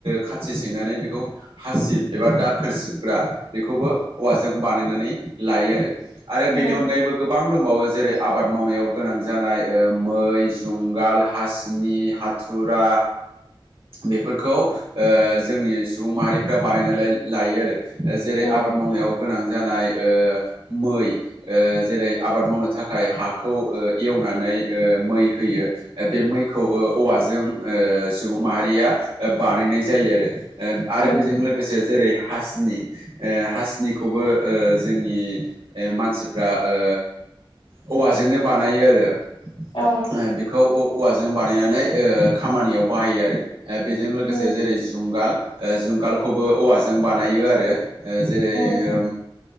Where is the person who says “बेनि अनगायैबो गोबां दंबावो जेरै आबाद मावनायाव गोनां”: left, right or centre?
Right